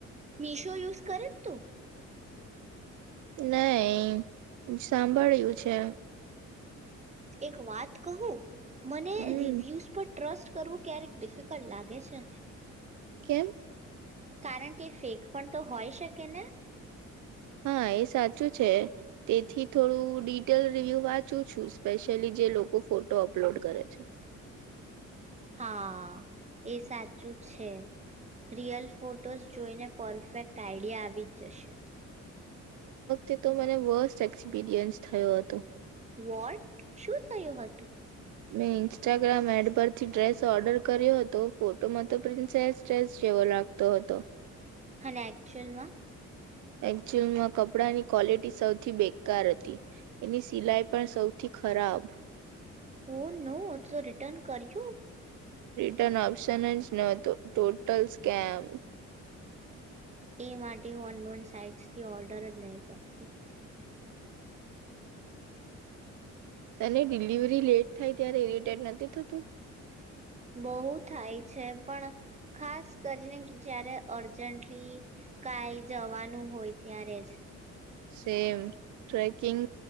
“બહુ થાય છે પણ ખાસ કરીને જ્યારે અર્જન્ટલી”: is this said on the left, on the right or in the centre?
Right